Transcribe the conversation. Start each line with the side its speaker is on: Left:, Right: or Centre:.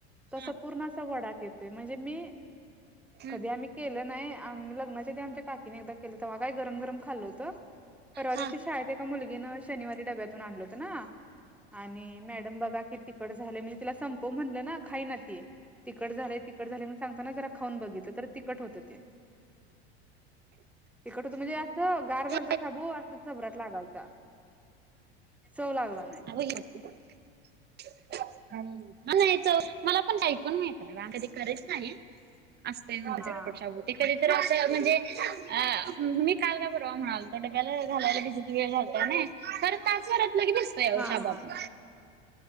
Centre: तसं
Right: हा
Centre: पूर्ण त वडाप येतोय म्हणजे, मी
Right: हम्म
Centre: कधी आम्ही. केलं नाही आम लग्नांच्या ते आमच्या काकीने एकदा केलं तेव्हा काही गरम गरम खाल्लं होतं. परवा
Right: हा
Centre: दिवशी शाळेत एका मुलगीनं शनिवारी डब्यातून आणलं होत ना. आणि मॅडम बघा की तिखट झाले म्हणजे, तिला संपव म्हटलं ना खाईना ती. तिखट झाले तिखट झाले मग चमच्यानं जरा खाऊन बघितलं तर तिखट होतं ते. तिखट होतं म्हणजे, तर गार
Right: हा
Centre: झालत शाबू असं चबरात लागालता चव लागला नाही.
Right: <unintelligible> <inaudible> आणि याच्या मला पण ऐकून माहित आहे बाकी कधी करत नाही. असतय <unintelligible>
Centre: हा
Right: ते कधी तर असं म्हणजे अ मी काल काक् म्हणाल डब्याला घालायला बिजत वेळ झालतय खर तासवरतलं लगे भिज
Centre: हा हा
Right: <unintelligible>